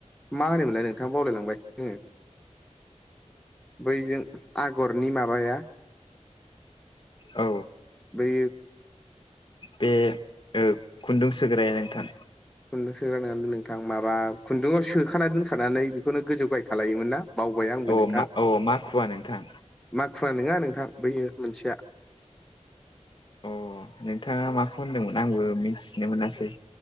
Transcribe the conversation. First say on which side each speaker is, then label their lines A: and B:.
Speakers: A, in the centre; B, on the left (about 40°).
A: मा होनोमोनलाय नोंथां बावलायलांबाय आङो बैजों आगरनि माबाया
B: <inaudible> औ
A: बै
B: बे ओ खुन्दुं सोग्रायाहाय नोंथां
A: खुन्दुं सोग्रा नङालै नोंथां माबा खुन्दुं सोखा दोनखानानै बेखौनो गोजौ गायहाय खालायोमोन ना बावबाय आंबो
B: अ
A: नोंथां
B: मा अ मा माखुवा नोंथां
A: माखुवा नङा नोंथां बैयो मोनसेया
B: अ नोंथाङा माखौ होनदोंमोन आंबो मिथिनो मोनासै